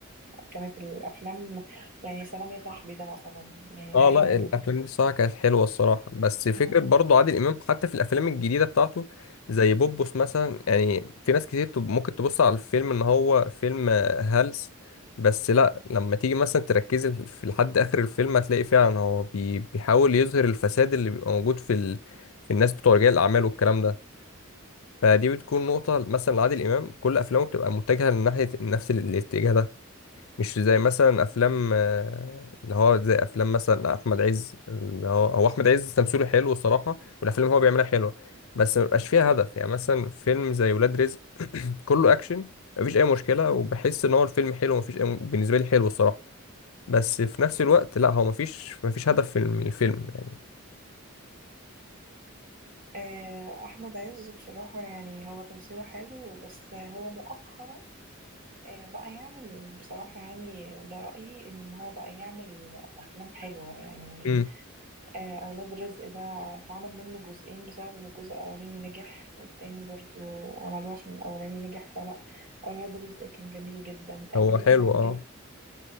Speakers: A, on the right; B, on the left.
A: كانت الافلام يعني سلام يا صاحبي ده مثلا يعني
B: اه
A: حاجه
B: لا
A: من
B: الافلام دي الصراحه كانت حلوه الصراحه بس فكره
A: الافلام
B: برضو عادل امام حتى في الافلام الجديده بتاعته زي بوبوس مثلا يعني في ناس كتير تب- ممكن تبص على الفيلم ان هو فيلم آه، هلس بس لا لما تيجي مثلا تركز ال- في لحد اخر الفيلم هتلاقي فعلا هو بي- بيحاول يظهر الفساد اللي بيبقى موجود في ال... في الناس بتوع رجال الاعمال والكلام ده فدي بتكون نقطه مثلا لعادل امام كل افلامه بتبقى متجهه لناحيه نفس الاتجاه ده مش زي مثلا افلام آه، اللي هو زي افلام مثلا احمد عز اللي هو هو احمد عز تمثيله حلو الصراحه والافلام اللي هو بيعملها حلوه بس ما بيبقاش فيها هدف يعني مثلا فيلم زي ولاد رزق <clears throat> كله اكشن مفيش اي مشكله وبحس ان هو الفيلم حلو مفيش أي... بالنسبه لي حلو الصراحه بس في نفس الوقت لا هو مفيش مفيش هدف في الم- الفيلم يعني
A: آه، احمد عز بصراحه يعني هو تمثيله حلو بس هو مؤخرا آه، بقى يعمل بصراحه يعني ده رايي ان هو بقى يعمل افلام حلوه يعني
B: امم
A: آه، اولاد رزق ده اتعمل منه جزئين بسبب ان الجزء الاولاني نجح والتاني برضو عملوه عشان الاولاني نجح فلا اولاد رزق كان جميل جدا قبليه
B: هو حلو
A: كان عامل
B: اه
A: إيه؟